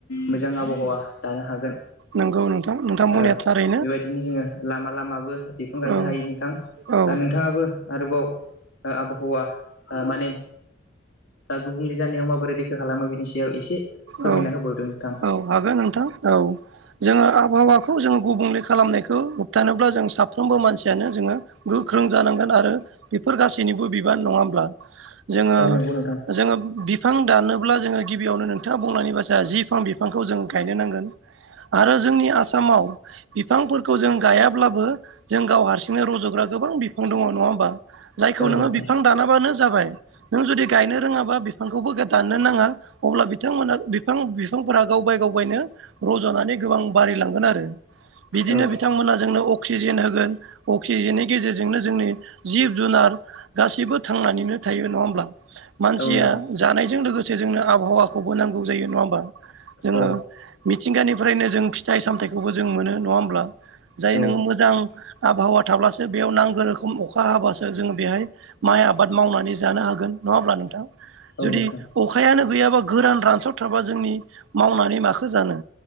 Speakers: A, on the left; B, on the right.
A: मोजां आबहावा दानो हागोन
B: नंगौ नोंथां नोंथां बुंनाया
A: ओ
B: थारै
A: बेबायदिनो जोङो लामा लामाबो बिफां गायनो
B: औ
A: हायो नोंथां
B: औ
A: ब नोंथाङाबो आरोबाव आबहावा ओ माने गुबुंले जानायाव माबोरै रैखा खालामो बिनि सायाव एसे फोरमायना
B: औ
A: होबावदों नोंथां।
B: औ हागोन नोंथां औ जोङो आबहावाखौ जोङो गुबुंले खालामनायखौ होबथानोब्ला जों साफ्रोमबो मानसियानो जोङो गोख्रों जानांगोन आरो बेफोर गासैनिबो बिबान नङाब्ला जोङो
A: औ नंगौ नोंथां।
B: जोङो बिफां दानोब्ला जोङो गिबियावनो न बुंनानै ब जि फां बिफांखौ जों गायनो नांगोन आरो जोंनि आसामाव बिफां फोरफोरखौ जों गायाब्लाबो जों गाव हारसिंनो रज'ग्रा गोबां बिफां दङ नङा होमबा जायखौ
A: औ
B: नोङो
A: नोंथां
B: बिफां दानाबानो जाबाय नों जु गनो रोङा बिांखौ दनो नाङा अब्ला बिथांमोना बिफां बिफांफोरा गावबाय गावबायनो रज'नानै गोबां बारायलांगोन आरो बिदिनो
A: औ
B: बिथांमोना जोंनो अक्सिजेन होगोन अक्सिजेननि गेजेरजोंनो जोंनि जिब जुनार गाससिबो थांनानैनो थायो नङा होमब्ला मानसिया
A: औ नोंथां
B: जानायजों लोगोसे जोंनो आबहावाखौबो नांगौ जायो नङा होमा जोङो
A: औ
B: मिथिंगानिफ्रायनो जों फिथाइ सामथायाइखौबो जों मोनो नङा होमब्ला जाय
A: औ
B: नोङो मोजां आबहावा थाब्लासो बेयाव नांगौ रोखोम अखा हाब्लाासो जोङो बेहाय माइ आबाद मावनानै जानो हागोन नङाब्ला नोंथां
A: औ
B: जुदि
A: नोंथां
B: अखायानो गैयाब्ला गोरान रानसावथाराबा जोंनि मावनानै माखो जानो